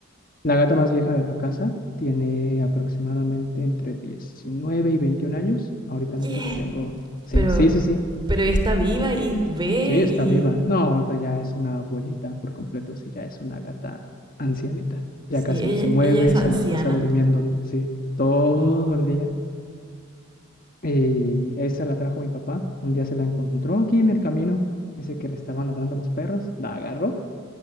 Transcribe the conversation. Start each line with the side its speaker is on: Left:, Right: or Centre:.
Left: La gata más vieja de la casa tiene aproximadamente entre 19 y 21 años. Ahorita no
Right: yeah.
Left: te lo tengo. Sí,
Right: Pero,
Left: sí, sí, sí.
Right: pero ella está viva y ve
Left: Sí, está
Right: y...
Left: viva. No, ahorita ya es una abuelita por completo. Sí, ya es una gata ancianita. Ya
Right: Sí,
Left: casi
Right: ella,
Left: no se mueve,
Right: ella es anciana.
Left: se la pasa durmiendo, sí, todo
Right: Oh.
Left: el día. Y esa la trajo mi papá. Un día se la encontró aquí en el camino. Dice que le estaban ladrando los perros. La agarró